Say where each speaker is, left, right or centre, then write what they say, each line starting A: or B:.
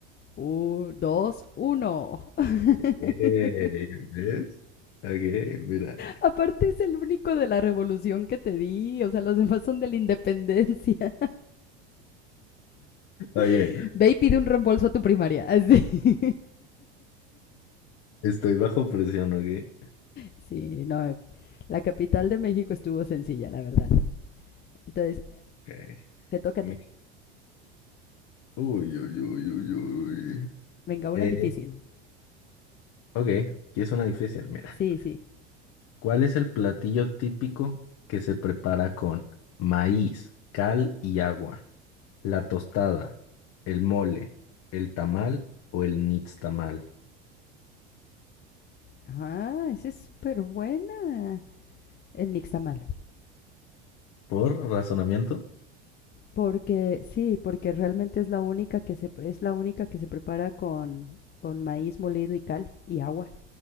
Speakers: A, on the left; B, on the left.
A: Un, dos, uno. <laughs>
B: Eh, ¿ves? Ok, mira,
A: Aparte es el único de la revolución que te di. O sea, los demás son de la independencia.
B: oye,
A: <laughs> Ve y pide un reembolso a tu primaria. <laughs> Así.
B: estoy bajo presión, ¿ok?
A: Sí, no. La capital de México estuvo sencilla, la verdad. Entonces,
B: Ok.
A: te toca
B: Me-
A: a ti.
B: Uy, uy, uy, uy, uy.
A: Venga, una
B: Eh,
A: difícil.
B: ok, aquí es una difícil, mira.
A: Sí, sí.
B: ¿Cuál es el platillo típico que se prepara con maíz, cal y agua? ¿La tostada, el mole, el tamal o el nixtamal?
A: Ah, esa es súper buena. El nixtamal.
B: ¿Por razonamiento?
A: Porque, sí, porque realmente es la única que se, es la única que se prepara con, con maíz molido y cal y agua.